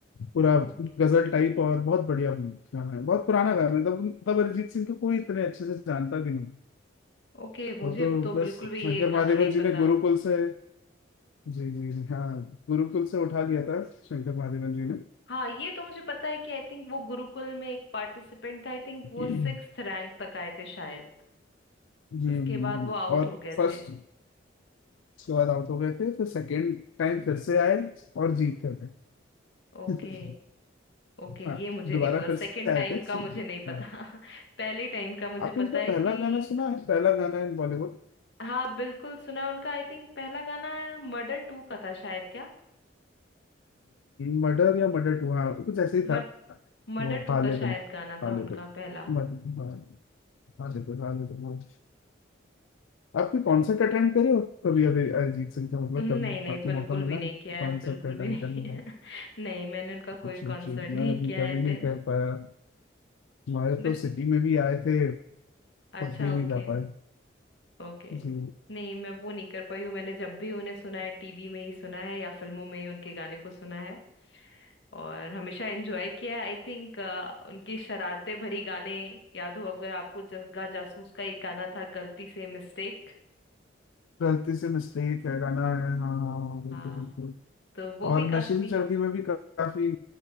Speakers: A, on the left; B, on the left.
A: पूरा
B: ओके
A: गजल टाइप और बहुत बढ़िया गाना है बहुत पुराना गाना है तब तब अरिजीत सिंह को कोई इतने अच्छे से जानता भी नहीं
B: ओके मुझे
A: वो तो
B: तो बिल्कुल
A: बस
B: भी
A: शंकर
B: ये गाना
A: महादेवन
B: नहीं
A: जी
B: पता
A: ने गुरुकुल से जी जी जी हाँ गुरुकुल से उठा लिया था शंकर महादेवन जी ने
B: हाँ ये तो मुझे पता है कि आई थिंक वो गुरुकुल में एक पार्टिसिपेंट था आई थिंक वो
A: हम्म
B: सिक्स्थ रैंक तक आए थे शायद
A: हम्म,
B: उसके
A: हम्म।
B: बाद
A: हम्म।
B: वो आउट
A: और
B: हो गए
A: फर्स्ट
B: थे
A: उसके बाद आउट हो गए थे फिर सेकंड टाइम फिर से आए और जीत गए थे
B: ओके
A: <laughs>
B: ओके ये
A: हाँ
B: मुझे
A: दोबारा
B: नहीं पता
A: फिर
B: सेकंड
A: से आए
B: टाइम
A: थे
B: का मुझे नहीं पता
A: हाँ
B: <laughs> पहले टाइम का मुझे
A: आपने
B: पता
A: उनका
B: है
A: पहला
B: कि
A: गाना सुना है पहला गाना इन बॉलीवुड
B: हाँ बिल्कुल सुना है उनका आई थिंक पहला गाना मर्डर टू का था शायद क्या
A: मर्डर या मर्डर टू हाँ कुछ ऐसे ही
B: मर्ड
A: था
B: मर्डर
A: वो
B: टू
A: खालिद
B: का शायद
A: अल-
B: गाना
A: खालिद
B: था उनका
A: अल-
B: पहला
A: मर- मर- खालिद अल- खालिद अल- हाँ। आपने कॉन्सर्ट
B: या-
A: अटेंड करे हो कभी अभी अरिजीत सिंह का मतलब
B: नहीं
A: कभी
B: नहीं
A: आपको
B: बिल्कुल
A: मौका मिला
B: भी नहीं
A: है
B: किया
A: कॉन्सर्ट
B: है बिल्कुल
A: अटेंड
B: भी नहीं
A: करने का
B: <laughs> नहीं मैंने उनका कोई
A: जी
B: कॉन्सर्ट
A: जी
B: नहीं
A: मैं अभी
B: किया
A: कभी
B: है अटेंड
A: नहीं कर पाया हमारे
B: बट
A: तो सिटी में भी आए थे
B: अच्छा
A: पर भी नहीं
B: ओके
A: जा पाए
B: ओके
A: जी
B: नहीं मैं वो नहीं कर पाई हूँ मैंने जब भी उन्हें सुना है टीवी में ही सुना है या फिल्मों में ही उनके गाने को सुना है और हमेशा एंजॉय किया है आई थिंक उनकी शरारते भरी गाने याद हो अगर आपको जग्गा जासूस का एक गाना था गलती से मिस्टेक
A: गलती से मिस्टेक है गाना है हाँ हाँ हाँ, बिल्कुल
B: हाँ
A: बिल्कुल
B: तो वो भी
A: और
B: काफी
A: नशे से चढ़ती में भी काफी